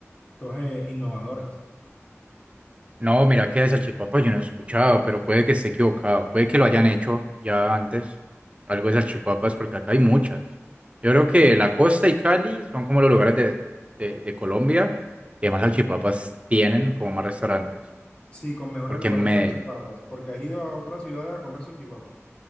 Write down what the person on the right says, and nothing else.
No, mira que de salchipapa yo no he escuchado, pero puede que esté equivocado. Puede que lo hayan hecho ya antes, algo de salchipapas, porque acá hay muchas. Yo creo
que la costa y Cali son como los lugares de, de, de Colombia que más salchipapas tienen como más restaurantes.
Porque
me,